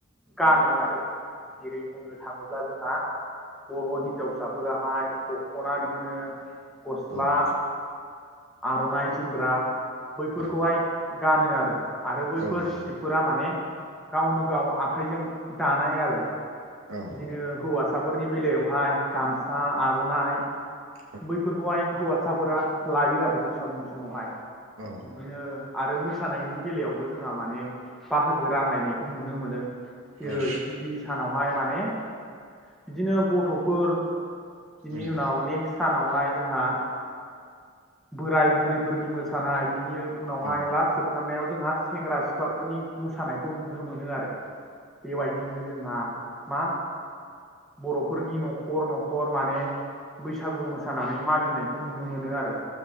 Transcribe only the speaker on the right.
ओं ओं औ
औ
औ
औ
औ
औ
औ
उम
औ
औ उम औ उम औ